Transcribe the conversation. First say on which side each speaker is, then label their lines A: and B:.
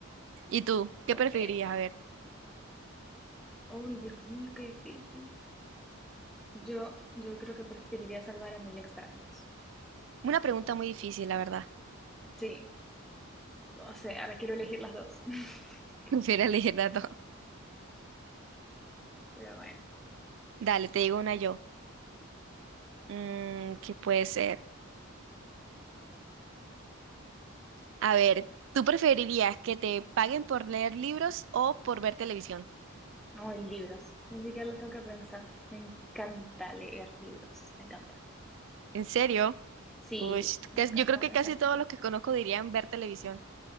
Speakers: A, on the right (about 60°); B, in the centre.
A: ¿Y tú? ¿Qué
B: Ok.
A: preferirías? A ver,
B: Uy, Dios mío, qué difícil. Yo, yo creo que preferiría salvar a mil extraños.
A: una pregunta muy difícil, la verdad.
B: Sí, o sea, ahora quiero elegir las dos. <laughs>
A: <laughs> Prefiero elegir las dos.
B: Pero bueno,
A: Dale, te digo una yo. Mm, ¿qué puede ser? A ver, ¿tú preferirías que te paguen por leer libros o por ver televisión?
B: no hoy libros, ni siquiera lo tengo que pensar. Me encanta leer libros, me encanta.
A: ¿En serio?
B: Sí,
A: Uy,
B: me encanta,
A: yo creo que
B: me
A: casi
B: fascina.
A: todos los que conozco dirían ver televisión.